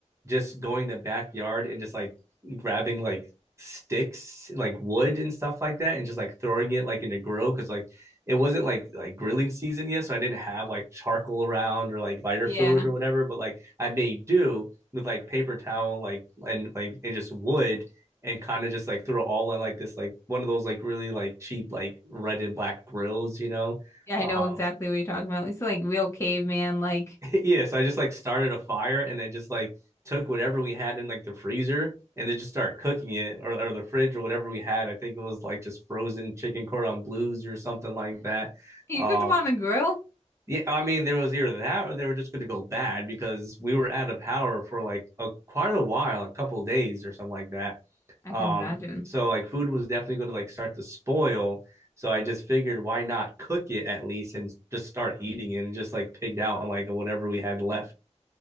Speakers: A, on the right (about 25°); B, on the left (about 25°).
A: just going to the backyard and just like grabbing like sticks, like wood and stuff like that, and just like throwing it like in a grill because like it wasn't like like grilling season yet, so I didn't have like charcoal around or like lighter
B: Yeah.
A: fluid or whatever. But like I made do with like paper towel, like and like and just wood, and kind of just like threw it all in like this like one of those like really like cheap like red and black grills, you know.
B: Yeah, I
A: Um,
B: know exactly what you're talking about. It's like real caveman, like
A: <laughs> yeah, so I just like started a fire and then just like took whatever we had in like the freezer and then just start cooking it or, or the fridge or whatever we had. I think it was like just frozen chicken cordon blues or something like that.
B: you
A: Um,
B: cooked them on the grill?
A: yeah, I mean there was either that or they were just going to go bad because we were out of power for like a quite a while, a couple days or something like that.
B: I
A: Um,
B: can imagine.
A: so like food was definitely going to like start to spoil. So I just figured why not cook it at least and just start eating it and just like pigged out on like whatever we had left.